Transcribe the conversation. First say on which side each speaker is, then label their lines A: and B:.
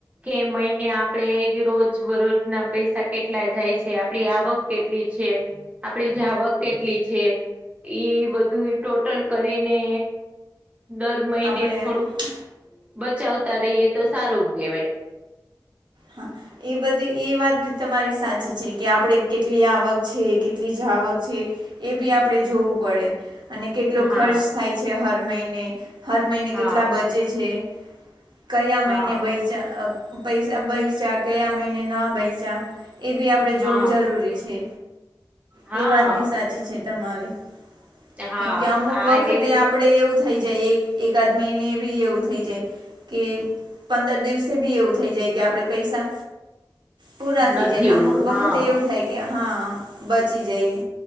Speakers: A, on the right (about 20°); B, on the right (about 75°).
A: કે મહિને આપડે રોજ બરોજ ના પૈસા કેટલા જાય છે આપડી આવક કેટલી છે, આપણી જાવક કેટલી છે. ઈ બધું ટોટલ કરીને. દર મહિને
B: આપણે હા
A: થોડુંક બચાવતા રહીએ તો સારું કહેવાય.
B: હા. એ બધી એ વાત બી તમારી સાચી છે કે આપણે કેટલી આવક છે કેટલી જ આવક છે. એ બી આપણેે જોવું પડે. અને કેટલો
A: હા
B: ખર્ચ થાય છે હર મહિને, હર મહિને
A: હા
B: કેટલા બચે છે. કયા મહિને
A: હા
B: બેચા પૈસા બૈચા કયા મહિને ના એ બી આપણેે જોવું
A: હા
B: જરૂરી છે,
A: હા
B: એ વાત બી સાચી. તમારી,
A: હા
B: કેમ કે અમુક
A: હા
B: વખતે
A: એવી રીતે
B: આપડ એવું થ જાય એક એકાદ મહિને ભી એવું થઈ જાય, કે પંદર દિવસે ભી એવું થઈ જ કે આપણે પૈસા, પૂરા
A: નથી
B: થઈ જાયને અમુક વખતે
A: હા
B: એવું થાય. કે હા બચી જાય,